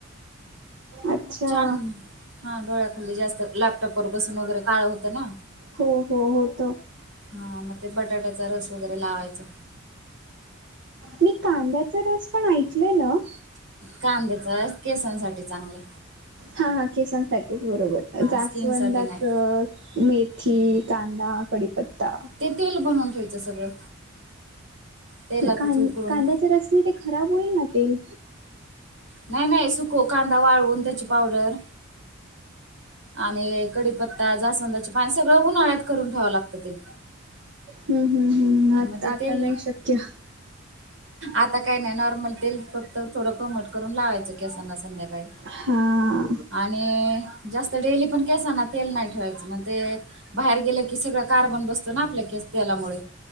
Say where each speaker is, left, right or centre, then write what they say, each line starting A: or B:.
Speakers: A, on the right; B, on the right.
A: अच्छा
B: छान, हा डोळ्याखाली जास्त लॅपटॉपवर बसून वगैरे काळ होतं ना.
A: हो हो, होत.
B: हा मग ते बटाट्याचा रस वगैरे लावायचा.
A: मी कांद्याचा रस पण ऐकलेलं,
B: कांद्याच केसांसाठी चांगलं.
A: हा हा केसांसाठीच बरोबर जास्वंदाच,
B: स्किन साठी नाही
A: मेथी, कांदा कडीपत्ता
B: ते तेल बनवून घ्यांच सगळं तेलातच
A: कांदे
B: उकळून
A: -कांद्याच्या रसने ते खराब होईल ना तेल?
B: नाही नाही सुको, कांदा वाळवून त्याची पावडर आणि कडीपत्ता, जास्वंदची पान, सगळं उन्हाळ्यात करून ठेवावं लागतं ते.
A: हम्म हम्म हम्म,
B: मग
A: आ
B: ते
A: आता
B: तेल
A: नाही शक्य.
B: आता काही नाही नॉर्मल तेल फक्त थोडं कोमट करून लावायचं केसांना संध्याकाळी.
A: हा...
B: आणि, जास्त डेली पण केसना तेल नाही ठेवायचं मग ते बाहेर गेलं की सगळं कार्बन बसतं ना आपल्या केस तेलामुळे